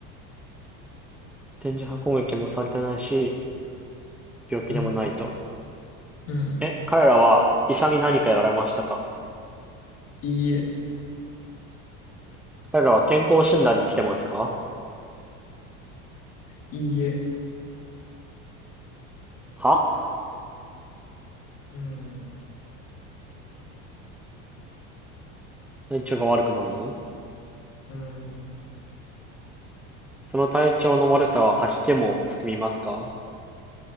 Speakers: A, in the centre; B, on the left.
A: 電磁波攻撃もされてないし、病気でもないと。
B: うん。うん。
A: え、彼らは医者に何かやられましたか
B: いいえ。
A: 彼らは健康診断に来てますか
B: いいえ。
A: は
B: うん。
A: 体調が悪くなるの
B: うん。
A: その体調の悪さは吐き気も含みますか